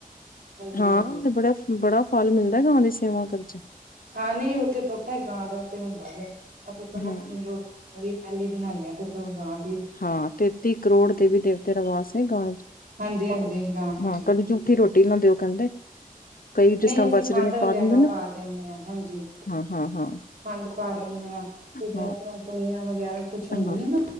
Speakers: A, on the right; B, on the left.
A: ਹਾਂਜੀ,
B: ਹਾਂ,
A: ਹਾਂਜੀ
B: ਤੇ ਬੜਾ ਬੜਾ ਫਲ ਮਿਲਦਾ ਗਾ ਦੀ ਸੇਵਾ ਕਰਨ ਚ।
A: ਹਾਂ, ਨਹੀਂ ਉਹ ਤੇ ਪਤਾ ਹੈ ਗਾਂ ਦਾ ਤੇ ਹੁੰਦਾ ਹੈ, ਅਸੀਂ ਸਗੋਂ
B: ਹਮ
A: ਰੋ ਟਿ ਪਹਿਲੀ ਬਣਾਉਨਦੇ ਆਾਂ ਤੇ ਫੇਰ ਗਾ ਨੂੰ
B: ਹਾਂ, ਤੇਤੀ ਕਰੋੜ ਦੇਵੀ ਦੇਵਤੇ ਦਾ ਵਾਸ ਵੇ ਗਾਂ ਵੇਚ।
A: ਹਾਂਜੀ, ਹਾਂਜੀ ਗਾਂ
B: ਹਾਂ,
A: ਚ
B: ਕਦੀ ਝੂਠੀ ਰੋਟੀ ਨਾ ਦਿਓ ਕਹਿੰਦੇ। ਕਈ ਜਿਸ
A: ਨਹੀਂ
B: ਤਰ੍ਹਾਂ
A: ਅਸੀਂ
B: ਬਚਰੇ
A: ਖੰਡ
B: ਦੇ
A: ਵਗੈਰਾ
B: ਦਿੰਦੇ ਨਾ
A: ਪਾ ਦਿੰਦੇ ਹਾਂ ਹਾਂਜੀ।
B: ਹਾਂ ਹਾਂ ਹਾਂ
A: ਖੰਡ ਪਾ ਦਿੰਨੇ ਆ ਤੇ ਜਿਸ
B: ਹਾਂ
A: ਤਰ੍ਹਾਂ ਪੂਨਿਆਂ ਵਗੈਰਾ ਕੁੱਛ ਹੁੰਦੀਆਂ
B: ਹਾਂ
A: ਨਾ